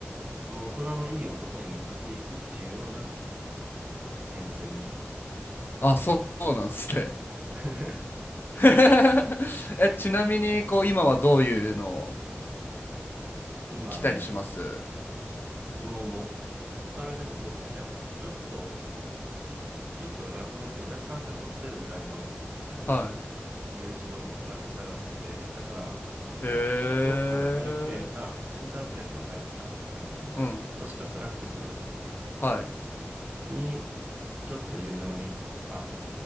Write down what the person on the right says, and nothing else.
もう大人のいい男に向かっていくっていうような、こう、変遷ですね。
<laughs>
今はも
う、もうもぱらでもそうですね。やっぱちょっと、ちょっとラフめという若干鎖骨出るぐらいの
U 字のラフさが好きで、だから、
あの、すごく形の綺麗なセンタープレスの入った、あの、
スッとしたスラックス
に、ちょっと緩めのニットとか